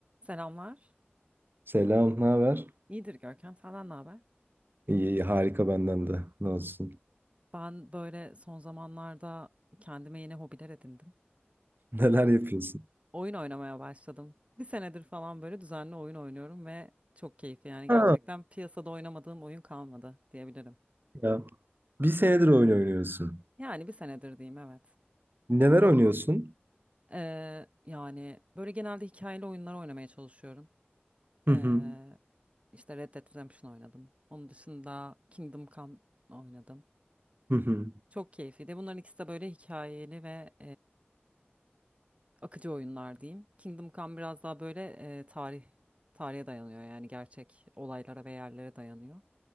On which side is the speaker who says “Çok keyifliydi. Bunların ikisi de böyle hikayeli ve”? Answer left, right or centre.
Right